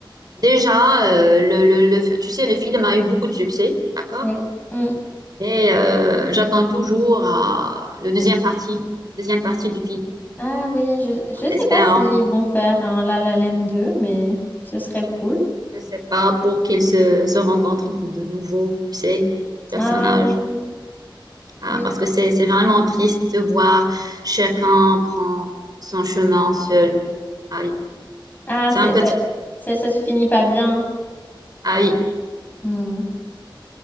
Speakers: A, on the right; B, on the left.
A: Déjà, euh, le, le, le- tu sais, le film a eu beaucoup de succès, d'accord?
B: Oui. Mm.
A: Mais euh, j'attends toujours à le deuxième partie, deuxième partie du film.
B: Ah oui, je, je
A: En
B: sais
A: espérant,
B: pas s'ils vont faire un La La Land 2 mais ce serait cool.
A: je sais pas, pour qu'ils se, se rencontrent de, de nouveau, tu sais, personnages.
B: Ah oui,
A: Ah,
B: oui.
A: parce que c'est c'est vraiment triste de voir chacun prend son chemin seul. Ah oui,
B: Ah,
A: c'est
B: c'est,
A: un peu
B: ça,
A: triste.
B: ça, ça se finit pas bien.
A: Ah oui,
B: Hmm.